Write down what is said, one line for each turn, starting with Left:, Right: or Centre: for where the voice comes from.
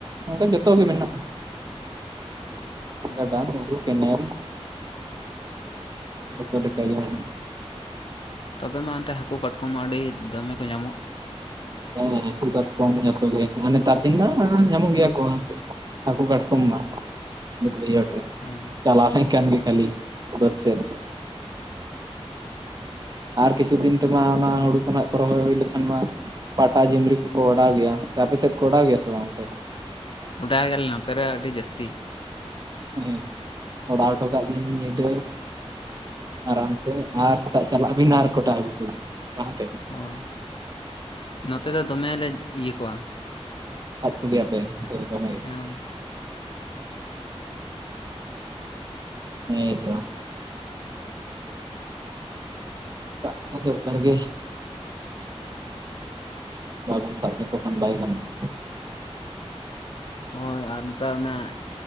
Right: ᱚᱱᱠᱟ ᱡᱚᱛᱚ ᱜᱮ ᱢᱮᱱᱟᱜ-ᱟ᱾
Left: ᱚ
Right: ᱜᱟᱰᱟ, ᱢᱩᱸᱰᱩ, ᱠᱮᱱᱮᱞ᱾ ᱡᱚᱛᱚ ᱞᱮᱠᱟᱜᱮ ᱢᱮᱱᱟᱜᱼᱟ᱾
Left: ᱛᱚᱵᱮ ᱢᱟ ᱚᱱᱛᱮ ᱦᱟᱹᱠᱩ ᱠᱟᱴᱠᱚᱢ ᱢᱟ ᱟᱹᱰᱤ ᱫᱚᱢᱮ ᱠᱚ ᱧᱟᱢᱚᱜ᱾
Right: ᱦᱮᱸ ᱦᱟᱠᱩ ᱠᱟᱴᱠᱚᱢ ᱡᱚᱛᱚ ᱜᱮ ᱟᱨ ᱱᱮᱛᱟᱨ ᱫᱤᱱ ᱢᱟ ᱧᱟᱢᱚᱜ ᱜᱮᱭᱟ ᱠᱚ᱾ ᱦᱟᱹᱠᱩ ᱠᱟᱴᱠᱚᱢ ᱢᱟ ᱵᱟᱹᱫᱽ ᱵᱟᱹᱭᱦᱟᱹᱲ ᱨᱮ᱾
Left: ᱦᱳᱭ
Right: ᱪᱟᱞᱟᱣ ᱞᱮᱱ ᱠᱷᱟᱱ ᱜᱮ ᱠᱷᱟᱹᱞᱤ ᱵᱟᱹᱫᱽ ᱠᱷᱮᱛ ᱟᱨ ᱠᱤᱪᱷᱩ ᱫᱤᱱ ᱛᱮᱢᱟ ᱚᱱᱟ ᱦᱩᱲᱩ ᱠᱷᱚᱱᱟᱜ ᱠᱚ ᱨᱚᱦᱚᱭ ᱦᱩᱭ ᱞᱮᱠᱷᱟᱱ ᱢᱟ ᱯᱟᱴᱟ ᱡᱚᱢᱨᱤ ᱠᱚᱠᱚ ᱚᱰᱟᱣ ᱜᱮᱭᱟ ᱥᱮ ᱟᱯᱮ ᱥᱮᱫ ᱠᱚ ᱚᱰᱟᱣ ᱜᱮᱭᱟ ᱥᱮ ᱵᱟᱝᱛᱮ?
Left: ᱚᱰᱟᱭᱟ ᱞᱮ ᱱᱚᱛᱮ ᱨᱮ ᱟᱹᱰᱤ ᱡᱟᱹᱥᱛᱤ᱾
Right: ᱦᱮᱸ ᱚᱰᱟᱣ ᱦᱚᱴᱚ ᱠᱟᱜ ᱵᱤᱱ ᱧᱤᱫᱟᱹ᱾ ᱟᱨᱟᱢ ᱥᱮ ᱟᱨ ᱥᱮᱛᱟᱜ ᱪᱟᱞᱟᱜ ᱵᱤᱱ ᱟᱨ ᱠᱚᱴᱟ ᱟᱹᱜᱩ ᱠᱚᱜᱤᱱ᱾ ᱵᱟᱝᱛᱮ
Left: ᱦᱳᱭ ᱱᱚᱛᱮ ᱫᱚ ᱫᱚᱢᱮᱞ ᱞᱮ ᱤᱭᱟᱹ ᱠᱚᱣᱟ᱾
Right: ᱥᱟᱵᱽ ᱠᱚᱜᱮᱭᱟ ᱯᱮ ᱚᱱᱛᱮ ᱨᱮ ᱫᱚᱢᱮ
Left: ᱦᱮᱸ ᱦᱳᱭ
Right: ᱦᱮ ᱛᱚ ᱫᱟᱜ ᱦᱚ ᱫᱚᱨᱠᱟᱨ ᱜᱮ᱾ ᱵᱟᱵᱚᱱ ᱥᱟᱵ ᱞᱮᱠᱚ ᱠᱷᱟᱱ ᱵᱟᱭ ᱜᱟᱱᱚᱜᱼᱟ᱾
Left: ᱦᱳᱭ ᱟᱨ ᱱᱮᱛᱟᱨ ᱚᱱᱟ